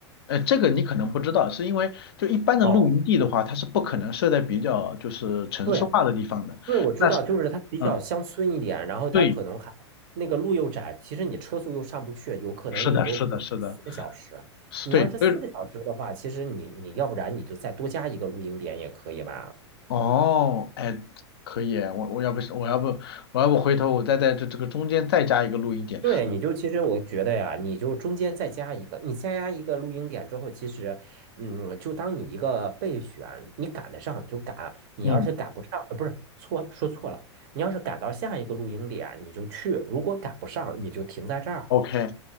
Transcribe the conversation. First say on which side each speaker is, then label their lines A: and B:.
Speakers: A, on the left; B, on the right.
A: 呃，这个你可能不知道，是因为就一般的露营地的话，
B: 哦，
A: 它是不可能设在比较就是城市化的地方的。
B: 对对，因为我知道，
A: 但是，
B: 就是它比较乡村一点，
A: 嗯，
B: 然后它可能还那个路又窄，
A: 对，
B: 其实你车速又上不去，有可能你就过四个小时。
A: 是的，是的，是的，是对，
B: 你要是四个小时的话，
A: 所以
B: 其实你你要不然你就再多加一个露营点也可以吧？
A: 哦，哎，可以，我我要不我要不我要不回头我再在这这个中间再加一个露营点，
B: 对，你就其实我觉得呀，你就中间再加一个，你再加一个露营点之后，其实，嗯，就当你一个备选，你赶得上就赶，你要是赶不上，
A: 嗯。
B: 呃，不是，错，说错了，你要是赶到下一个露营点，你就去，如果赶不上，你就停在这儿。
A: OK，